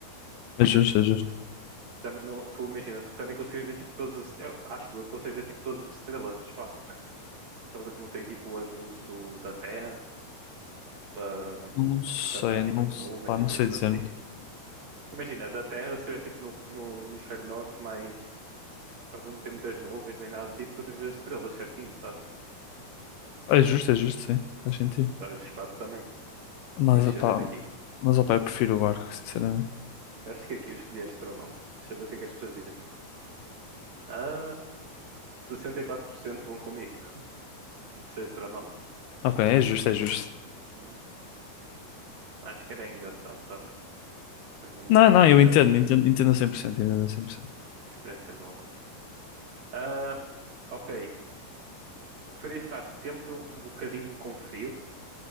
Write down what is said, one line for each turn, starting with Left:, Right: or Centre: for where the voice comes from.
Left: É justo, é justo.
Right: Também não, tu imagina, tu também consegues ver tipo todas as, eu acho eu que consigo ver tipo todas as estrelas do espaço, né? Por causa que não tem tipo as luzes do, da Terra para
Left: Não sei,
Right: tapar tipo
Left: não,
Right: as
Left: se-
Right: nuvens,
Left: pá, não
Right: coisas
Left: sei dizer.
Right: assim. Porque Imagina, da Terra, se estivesse tipo no, no hemisfério norte, mas por causa que não tem muitas nuvens nem nada do tipo, tu consegues ver as estrelas certinho, sabes?
Left: É justo, é justo, sim, faz sentido.
Right: Talvez o espaço também.
Left: Mas,
Right: Mas deixa
Left: pá,
Right: eu ver aqui.
Left: mas, ó, pá, eu prefiro o barco, sinceramente.
Right: Eu Acho que aqui eu escolhi astronauta. Deixa eu ver o que é que as pessoas dizem. Ah, 64% vão comigo de ser astronauta.
Left: Ok, é justo, é justo.
Right: Uhum. Acho que era engraçado, sabes? Dando uma
Left: Não,
Right: experiência,
Left: não, eu entendo,
Right: uma
Left: entendo, entendo a cem por cento entendo a 100%.
Right: experiência nova. Ah, ok. Preferias estar sempre um, um bocadinho com frio